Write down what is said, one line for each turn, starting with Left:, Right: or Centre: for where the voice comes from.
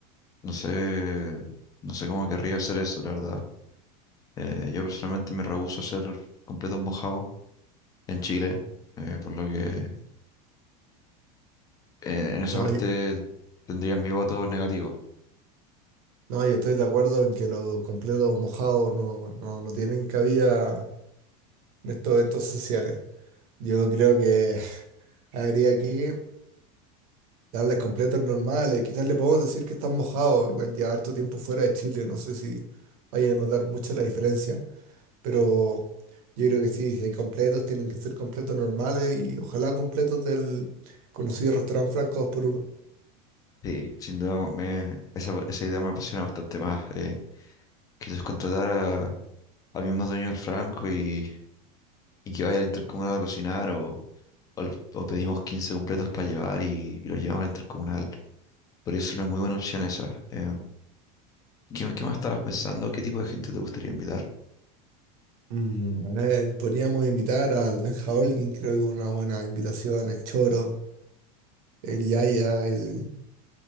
Left: No sé, no sé cómo querría hacer eso, la verdad. Eh, yo personalmente me rehúso a hacer completos mojados en Chile, eh, por lo que eh, en esa
Right: No,
Left: parte tendrías mi voto negativo.
Right: No, yo estoy de acuerdo en que los completos mojados no, no, no tienen cabida en estos eventos sociales. Yo creo que <laughs> habría que darles completos normales. Quizás le podemos decir que están mojados. Igual llevar tu tiempo fuera de Chile, no sé si vaya a notar mucho la diferencia. Pero yo creo que sí, si hay completos, tienen que ser completos normales y ojalá completos del conocido restaurante Franco 2 por uno.
Left: Sí, sin duda me, esa, esa idea me apasiona bastante más. Eh, quizás contratar a, al mismo dueño del Franco y, y que vaya al intercomunal a cocinar o, o, los, o pedimos 15 completos para llevar y, y los llevamos al intercomunal. Podría ser una muy buena opción esa. Eh, ¿Qué, qué más estabas pensando? ¿Qué tipo de gente te gustaría invitar?
Right: Mm, a ver, podríamos invitar al Benja Holguín, creo que una buena invitación, el Choro, el Yaya, el,